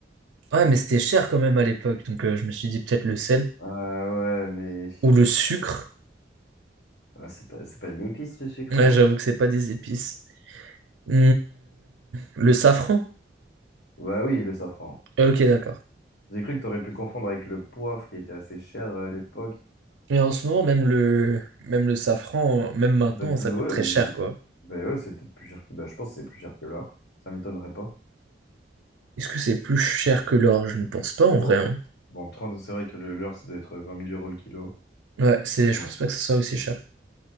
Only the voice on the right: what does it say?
Ouais, mais c'était cher quand même à l'époque, donc euh, je me suis dit peut-être le sel
ou le sucre.
Ouais,
j'avoue que c'est pas des épices. Hmm, le safran?
Ok, d'accord.
Mais en ce moment, même le, même le safran, même maintenant,
ça coûte
très
cher, quoi.
Est-ce que c'est plus cher que l'or? Je ne pense pas en
vrai. hein.
Ouais, c'est, je
pense pas que ça soit aussi cher.